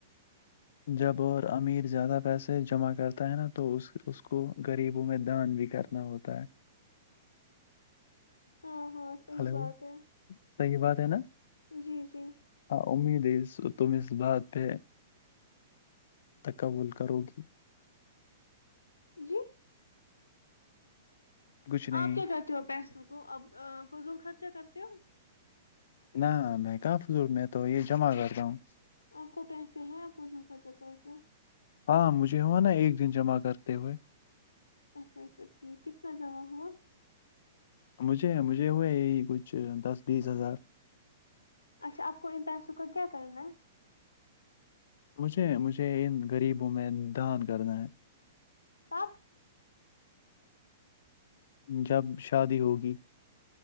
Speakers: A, on the left (about 65°); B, on the left (about 90°).
A: جب اور امیر زیادہ پیسے جمع کرتا ہے نا تو اس اس کو غریبوں میں دان بھی کرنا ہوتا ہے
B: ہاں ہاں صحیح
A: ہلو
B: بات ہے
A: صحیح بات ہے نا
B: جی جی
A: ہاں امید ہے اس تم اس بات پہ تکول کرو گی
B: جی
A: کچھ نہیں
B: آپ کیا کرتے ہو پیسوں کو اب فضول خرچا کرتے ہو
A: نہ میں کا فضول میں تو یہ جمع کرتا ہوں
B: آپ کو پیسے ہیں آپ فضول خرچہ کرتے ہو
A: ہاں مجھے ہوا نا ایک دن جمع کرتے ہوئے
B: اچھا اچھا ٹھیک کتنا جمہ ہوا
A: مجھے مجھے وہ یہی کچھ دس بیس ہزار
B: اچھا آپ کو ان پیسوں کا کیا کرنا ہے
A: مجھے مجھے ان غریب میں دان کرنا ہے
B: کب
A: جب شادی ہوگی